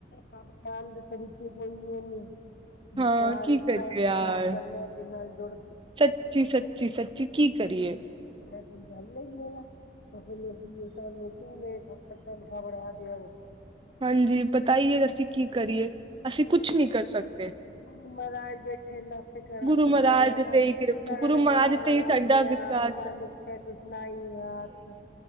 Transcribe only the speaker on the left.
ਕੰਮ ਕਰਨ ਦੇ ਤਰੀਕੇ ਕੋਈ ਇਹ ਨੀ,
ਬੇਕਾਰ
ਟੈਮ
ਖ਼ਰਾਬ ਕਰਨੇ ਦੇ ਨਾਲ ਜੋੜ
ਕਹਿੰਦਾ ਕੋਈ ਗੱਲ ਹੈਗੀ ਓਹ ਲੈ। ਆਪਣੇ ਸੀ ਸਾਨੂੰ ਕ ਮੇ ਲਾ <inaudible> ਬਣਾ ਦੇ।
ਗੁਰੂ ਮਹਾਰਾਜ ਬੈਠੇ ਨਫ਼ ਕਰਸ
ਨਾ ਹੈ, ਨਾ
ਕਰਣ
ਕਰਾਵਣਾ
ਤੂੰ
ਆਪ ਮਨੁੱਖਿਆ ਤੂੰ ਸੁਣਾ ਹੀ ਆਪ